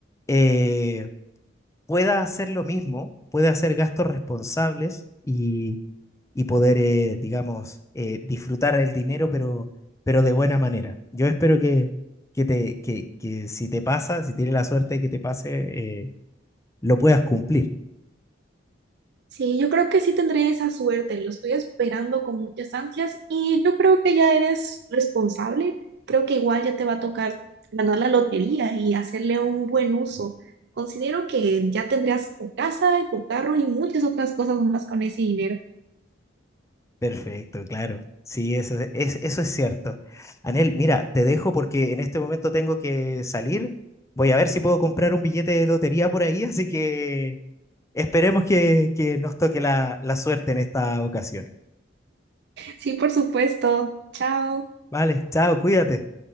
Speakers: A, on the left; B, on the right.
A: eh, pueda hacer lo mismo, pueda hacer gastos responsables y, y poder, eh, digamos, eh, disfrutar el dinero, pero, pero de buena manera. Yo espero que, que, te, que, que si te pasa, si tienes la suerte de que te pase, eh, lo puedas cumplir.
B: Sí, yo creo que sí tendré esa suerte, lo estoy esperando con muchas ansias y yo creo que ya eres responsable, creo que igual ya te va a tocar ganar la lotería y hacerle un buen uso. Considero que ya tendrás tu casa y tu carro y muchas otras cosas más con ese dinero.
A: Perfecto, claro. Sí, eso es, eso es cierto. Anel, mira, te dejo porque en este momento tengo que salir. Voy a ver si puedo comprar un billete de lotería por ahí, así que esperemos que, que nos toque la, la suerte en esta ocasión.
B: Sí, por supuesto. Chao.
A: Vale, chao, cuídate.